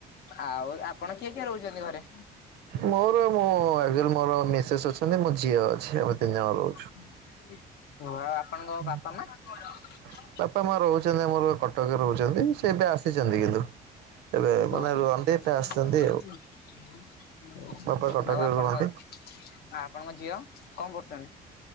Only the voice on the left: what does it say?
ଆଉ, ଆପଣ କିଏ କିଏ ରହୁଚନ୍ତି ଘରେ?
<inaudible>
ବାପା <inaudible>
<inaudible>
ଆଉ
ଆପଣଙ୍କ, ଆପଣଙ୍କ
ଝିଅ
କ'ଣ କରୁଚନ୍ତି?